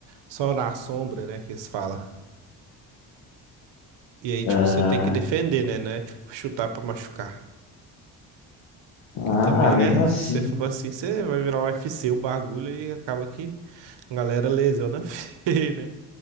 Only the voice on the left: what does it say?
ah,
ah,
mesmo
assim,